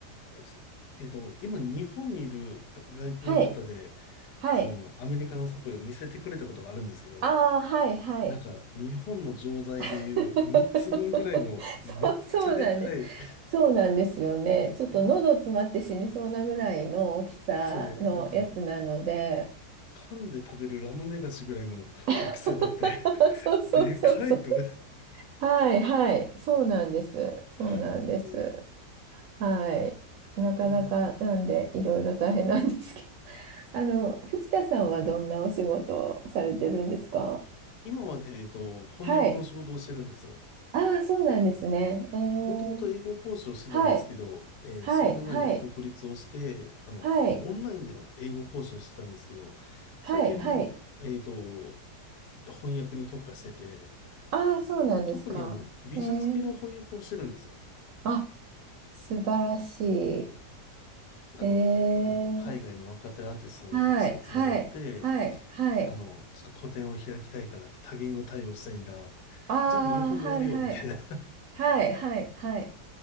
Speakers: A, on the left; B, on the right.
A: すえっと、今、日本にいるが外国の方で、
B: はい。はい。
A: その、アメリカのサプリを見せてくれたことがあるんですけど、
B: ああ、はい、はい。
A: なんか、日本の錠剤でいう3つ分ぐらいの、
B: <laughs>
A: めっちゃでかい、
B: そう、<laughs> そうなんで、
A: <laughs>
B: そうなんですよね。ちょっと喉詰まって死にそうなぐらいの大きさのやつなので。
A: もうですよね、なんかあの、噛んで食べるラムネ菓子ぐらいの大きさがあって、
B: <laughs>
A: <laughs>
B: そうそうそうそう。
A: でかいと。
B: はいはい。そうなんです。そうなんです。
A: <laughs> えー
B: はい。なかなかなんでいろいろ大変なんですけど。
A: あの、
B: <laughs> あの、藤田さんはどんなお仕事をされてるんですか
A: 今はね、えっと、翻訳の仕事をしてるんです。
B: はい。ああ、そうなんですね。えー、
A: もともと英語講師をしてたんですけど、
B: はい。
A: えー数年前に独立をして、
B: はい。はい。
A: あの、
B: はい。
A: オンラインでの英語講師をしてたんですけど、最近はもう、
B: はい、はい。
A: えっと、翻訳に特化してて、
B: ああ、そうなんですか。
A: で、特にあの、美術系の翻訳をしてるんですよ。
B: えー、あ、素晴らし
A: なので、
B: い。えー、
A: あの、なんか海外の若手アーティストたちとつながって、
B: はい、はい、はい、はい。
A: あの、ちょっと個展を開きたいから多言語対応したいんだ。
B: ああ、
A: じゃあ日本語やれよ、
B: はい、はい、
A: みたいな。<laughs> い
B: はい、はい、はい。